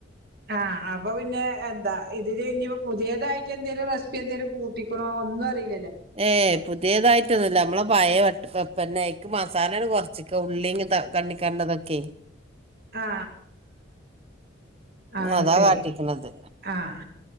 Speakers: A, on the right (about 50°); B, on the right (about 30°).
A: ആ അപ്പൊ പിന്നെ ത ഇത് കഴിഞ്ഞു പുതിയതായിട്ട് എന്തേലും റെസ് പി എന്തെലും കൂട്ടിക്കണോ ഒന്നും അറിയി
B: ഏ പുതിയതായി പറ്റുന്നില്ല നമ്മളെ പഴയ <unintelligible> പിന്നെ ക്ക് മസാലണ് കൊറച്ചക്ക ഉള്ളി ഇങ്ങനത്തൊക്ക കണ്ണിക്കേണ്ടതൊക്കെ
A: ആഹ ആ ആ
B: അതാ
A: ശരി
B: കാട്ടിക്കണത്
A: ആഹ